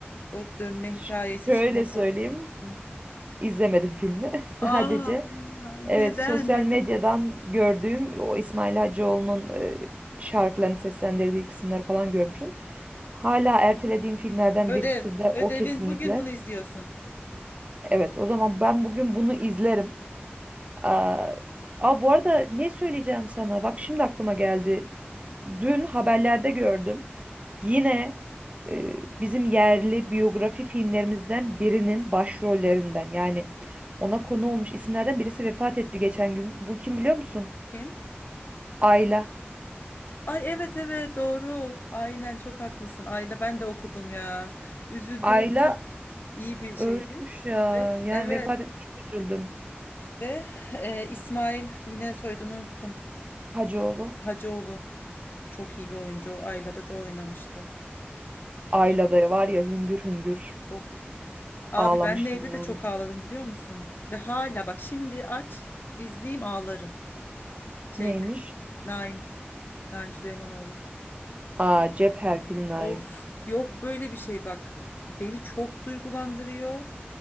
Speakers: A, on the left; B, on the right.
A: o dönme
B: Ş-
A: hikayesi
B: Şöyle
A: işte nasıl
B: söyleyeyim.
A: oldu. Hı.
B: İzlemedim filmi. <laughs>
A: Aa,
B: Sadece
A: ya
B: Evet,
A: neden
B: sosyal
A: neden?
B: medyadan gördüğüm o İsmail Hacıoğlu'nun e, şarkılarını seslendirdiği kısımları falan görmüştüm. Hala ertelediğim filmlerden
A: Ödev.
B: birisi de
A: Ödevin
B: o kesinlikle.
A: bugün bunu izliyorsun.
B: Evet, o zaman ben bugün bunu izlerim. Aa, aa, bu arada ne söyleyeceğim sana? Bak şimdi aklıma geldi. Dün haberlerde gördüm. Yine e, bizim yerli biyografi filmlerimizden birinin başrollerinden yani ona konu olmuş isimlerden birisi vefat etti geçen gün. Bu kim biliyor musun?
A: Kim?
B: Ayla.
A: Ay evet evet doğru. Aynen çok haklısın. Ayla ben de okudum ya. Üzüldüm.
B: Ayla
A: O da çok iyi bir
B: ölmüş
A: şeydi.
B: ya.
A: Ve
B: Yani
A: evet
B: vefat etmiş çok üzüldüm.
A: ve e, İsmail yine soyadını unuttum.
B: Hacıoğlu.
A: Hacıoğlu çok iyi bir oyuncu. O Ayla'da da oynamıştı.
B: Ayla
A: Baş
B: da var ya hüngür hüngür
A: çok. Abi
B: ağlamıştım
A: ben neyde
B: yani.
A: de çok ağladım biliyor musun? Ve hala bak şimdi aç izleyeyim ağlarım. Şeyde
B: Neymiş?
A: Naim Naim Süleymanoğlu.
B: Aa cep Herkül'ün ayım.
A: Of yok böyle bir şey bak. Beni çok duygulandırıyor.